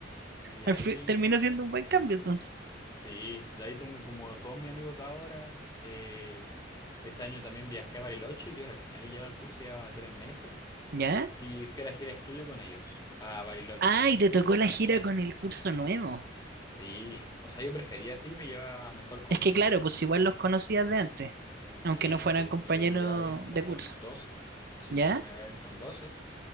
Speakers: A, on the left (about 25°); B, on the right (about 60°).
A: Y
B: al
A: ahí,
B: fi- terminó siendo un buen cambio entonces.
A: sí, de ahí tengo como todos mis amigos de ahora. eh, ese año también viajé a Bariloche, yo recién había llegado al curso, llevaba tres meses.
B: Ya.
A: y fui a la gira de estudio con ellos, a Bariloche.
B: Ah, y te tocó la gira con el curso nuevo.
A: Sí, o sea, yo prefería sí, me llevaba mejor con...
B: Es que claro, pues igual los conocías de antes, aunque
A: Sí,
B: no fueran
A: porque
B: compañeros
A: yo me llevaba bien como
B: de
A: con
B: curso.
A: doce Sí,
B: ¿Ya?
A: pues yo me llevaba bien con doce